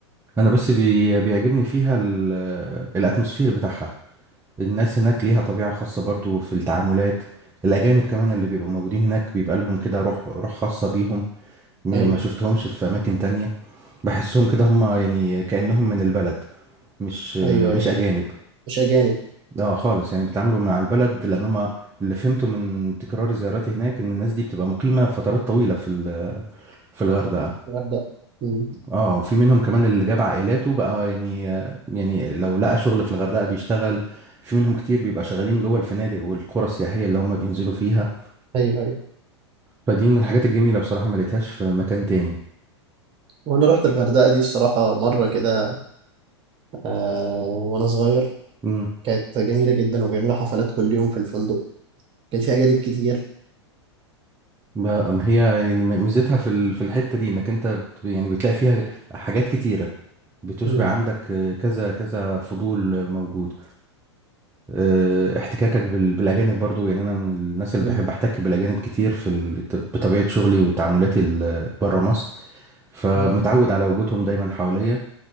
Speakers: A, on the right (about 15°); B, on the right (about 35°).
A: انا بس بي- بيعجبني فيها ال- الاتموسفير بتاعها الناس هناك ليها طبيعة خاصة برضو في التعاملات الأجانب كمان اللي بيبقوا موجودين هناك بيبقى لهم كده روح روح خاصة بيهم م-
B: أيوه
A: ما شفتهمش في أماكن تانية بحسهم كده هم يعني كأنهم من البلد مش
B: أيوه أيوه
A: مش أجانب
B: مش أجانب
A: اه خالص يعني بيتعاملوا مع البلد لأن هم اللي فهمته من تكرار زياراتي هناك إن الناس دي بتبقى مقيمة فترات طويلة في ال- في الغردقة
B: الغردقة مم.
A: اه وفي منهم كمان اللي جاب عائلاته بقى يعني يعني لو لقى شغل في الغردقة بيشتغل في منهم كتير بيبقى شغالين جوه الفنادق والقرى السياحية اللي هم بينزلوا فيها
B: أيوه أيوه
A: فدي من الحاجات الجميلة بصراحة ما لقيتهاش في مكان تاني
B: وأنا رحت الغردقة دي الصراحة مرة كده آه وأنا صغير
A: امم
B: كانت جميلة جدا وبيعملوا حفلات كل يوم في الفندق كان في أجانب كتير
A: ب- هي يعني م- ميزتها في ال- في الحتة دي انك انت بت يعني بتلاقي فيها حاجات كتيرة بتشبع
B: مم.
A: عندك آه، كذا كذا فضول آه، موجود آه، احتكاكك بال- بالاجانب برضو يعني انا من الناس اللي
B: مم.
A: بحب احتك بالاجانب كتير في ال- بطبيعة شغلي وتعاملاتي بره مصر فمتعود
B: مم.
A: على وجودهم دايما حواليا